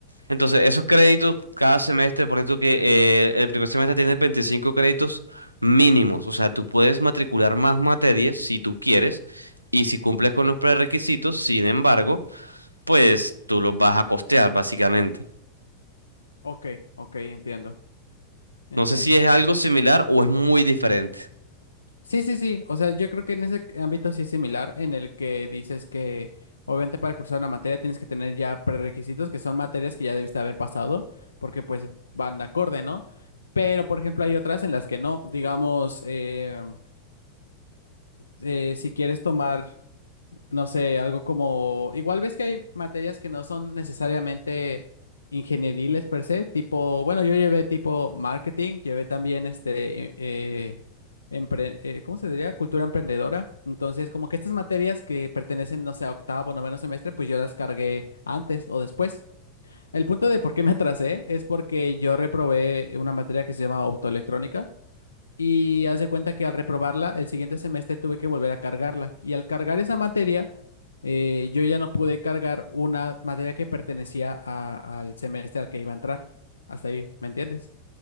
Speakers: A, on the right (about 85°); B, on the left (about 75°).
A: Entonces, esos créditos cada semestre, por ejemplo, que eh, el primer semestre tiene 25 créditos mínimos, o sea, tú puedes matricular más materias si tú quieres y si cumples con los prerequisitos, sin embargo, pues tú los vas a costear, básicamente.
B: Ok, ok, entiendo, entiendo.
A: No sé si es algo similar o es muy diferente.
B: Sí, sí, sí. O sea, yo creo que en ese ámbito sí es similar, en el que dices que obviamente para cursar una materia tienes que tener ya prerequisitos, que son materias que ya debiste haber pasado, porque pues van de acorde, ¿no? Pero, por ejemplo, hay otras en las que no. Digamos, eh, eh, si quieres tomar no sé, algo como, igual ves que hay materias que no son necesariamente ingenieriles per se, tipo, bueno, yo llevé tipo marketing, llevé también este, eh, empre- eh, ¿cómo se diría? Cultura emprendedora. Entonces, como que estas materias que pertenecen, no sé, a octavo, noveno semestre, pues yo las cargué antes o después. El punto de por qué me <laughs> atrasé es porque yo reprobé una materia que se llama optoelectrónica. Y haz de cuenta que al reprobarla, el siguiente semestre tuve que volver a cargarla. Y al cargar esa materia, eh, yo ya no pude cargar una materia que pertenecía a- al semestre al que iba a entrar. Hasta ahí, ¿me entiendes?